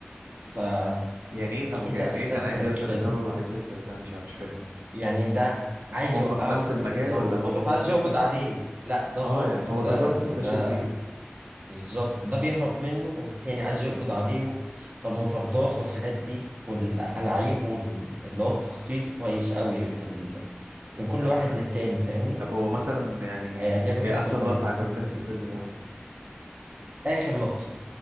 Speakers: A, on the right; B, on the right.
A: فأنت
B: يعني ايه طب يعني
A: هتستمتع
B: ايه كان عايز
A: بالفيلم
B: يوصل لده وعايز يوصل لده انا مش مش فاهم
A: يعني ده عايز
B: هم
A: يوقعه
B: في نفس المجال
A: اللي
B: ولا
A: هو
B: هم
A: ظابط
B: هم
A: عايز
B: في نفس
A: يقبض
B: الم-
A: عليه لا ده
B: اه
A: ظابط
B: يعني هو
A: وده
B: ده ظابط
A: وده
B: وده شرير
A: بالظبط ده بيهرب منه والتاني عايز يقبض عليه و- فالمطاردات والحاجات دي والألعاب واللي هو التخطيط كويس قوي في ال... من كل
B: ايوه
A: واحد للتاني
B: ايوه
A: فاهمني
B: طب هو مثلا يعني
A: هيعجبك
B: ايه
A: الفيلم
B: احسن لقطه
A: ده
B: عجبتك في الفيلم ده
A: آخر لقطة